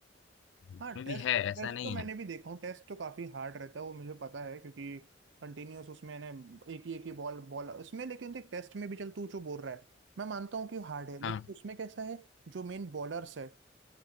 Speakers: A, on the left (about 75°); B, on the right (about 75°).
A: तो उसमें
B: हाँ
A: भी
B: टेस्ट
A: है ऐसा
B: टेस्ट
A: नहीं
B: तो मैंने
A: है
B: भी देखा हूँ टेस्ट तो काफी हार्ड रहता है वो मुझे पता है क्योंकि कंटिन्यूअस उसमें ने एक ही एक ही बॉल बॉल उसमें लेकिन देख टेस्ट में भी चल तू जो बोल रहा है मैं मानता हूँ कि हार्ड है
A: हाँ
B: लेकिन उसमें कैसा है जो मेन बॉलर्स है